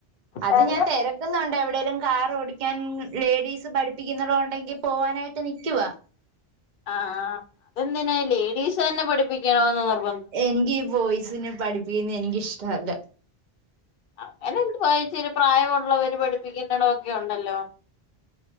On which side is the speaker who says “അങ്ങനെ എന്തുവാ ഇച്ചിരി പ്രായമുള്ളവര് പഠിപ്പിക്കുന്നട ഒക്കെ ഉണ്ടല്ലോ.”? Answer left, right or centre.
Left